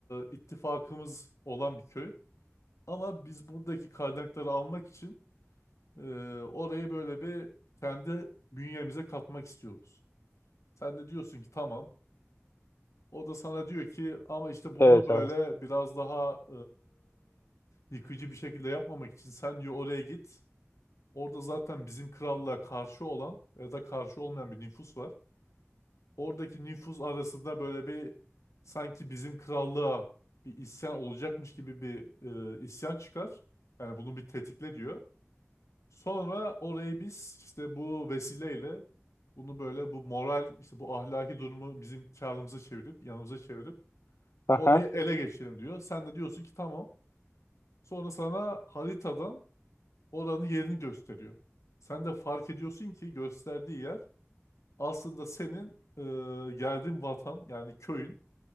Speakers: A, on the left; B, on the left.
A: e, ittifakımız olan bir köy. Ama biz buradaki kaynakları almak için Ee, orayı böyle bir kendi bünyemize katmak istiyoruz. Sen de diyorsun ki tamam. O da sana diyor ki ama işte bunu
B: Evet
A: böyle
B: abi.
A: biraz daha e, yıkıcı bir şekilde yapmamak için sen diyor oraya git. Orada zaten bizim krallığa karşı olan ya da karşı olmayan bir nüfus var. Oradaki nüfus arasında böyle bir sanki bizim krallığa bir isyan olacakmış gibi bir e, isyan çıkar. Yani bunu bir tetikle diyor. Sonra orayı biz işte bu vesileyle bunu böyle bu moral işte bu ahlaki durumu bizim karlımıza çevirip yanımıza çevirip
B: Aha.
A: orayı ele geçirelim diyor. Sen de diyorsun ki tamam. Sonra sana haritadan oranın yerini gösteriyor. Sen de fark ediyorsun ki gösterdiği yer aslında senin e, geldiğin vatan yani köyün.